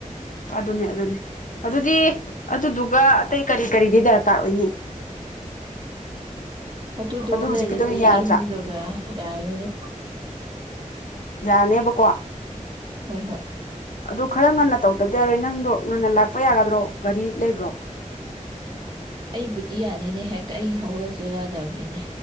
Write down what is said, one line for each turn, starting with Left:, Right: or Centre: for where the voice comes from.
Left: ꯑꯗꯨꯅꯦ ꯑꯗꯨꯅꯦ꯫ ꯑꯗꯨꯗꯤ ꯑꯗꯨꯗꯨꯒ ꯑꯇꯩ ꯀꯔꯤ ꯀꯔꯤꯗꯤ ꯗꯔꯀꯥꯔ ꯑꯣꯏꯅꯤ꯫
Right: ꯑꯗꯨꯗꯣ
Left: ꯑꯗꯨ ꯍꯧꯖꯤꯛꯀꯤꯗꯨꯅ
Right: ꯂꯩꯔꯗꯤ
Left: ꯌꯥꯔꯗ꯭ꯔꯥ
Right: ꯏꯟꯗꯨꯒ ꯌꯥꯔꯅꯤ꯫
Left: ꯌꯥꯔꯅꯦꯕꯀꯣ꯫
Right: ꯍꯣꯏ ꯍꯣꯏ꯫
Left: ꯑꯗꯨ ꯈꯔ ꯉꯟꯅ ꯇꯧꯗꯕꯗꯤ ꯌꯥꯔꯣꯏ ꯅꯪꯗꯣ ꯉꯟꯅ ꯂꯥꯛꯄ ꯌꯥꯒꯗ꯭ꯔꯣ ꯒꯥꯔꯤ ꯂꯩꯕ꯭ꯔꯣ
Right: ꯑꯩꯕꯨꯗꯤ ꯌꯥꯅꯤꯅꯦ ꯍꯦꯛꯇ ꯑꯩ ꯍꯧꯒꯠꯂ ꯆꯦꯜꯂꯗꯕꯅꯤꯅꯦ꯫